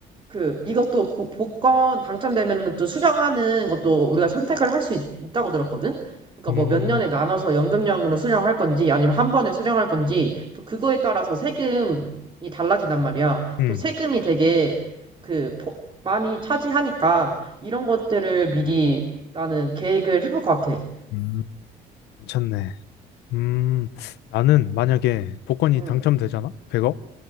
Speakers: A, on the right; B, on the left.
A: 그 이것도 보- 복권 당첨되면 또 수령하는 것도 우리가 선택을 할 수 있다고 들었거든. 그러니까
B: 음,
A: 뭐 몇 년에 나눠서 연금형으로 수령할 건지 아니면 한 번에 수령할 건지 또 그거에 따라서 세금이 달라진단 말이야.
B: 음,
A: 또 세금이 되게 그 포- 많이 차지하니까 이런 것들을 미리 나는 계획을 해볼 것 같아.
B: 음, 괜찮네. 음, 나는 만약에 복권이
A: 응,
B: 당첨되잖아? 100억?